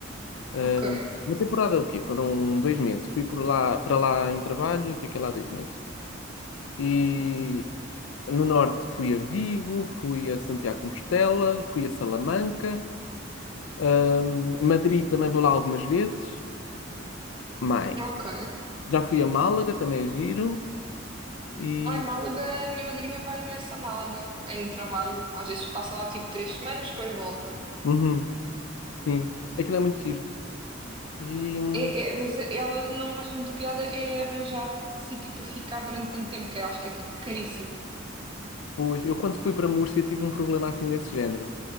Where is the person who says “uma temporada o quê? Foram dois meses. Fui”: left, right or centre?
Left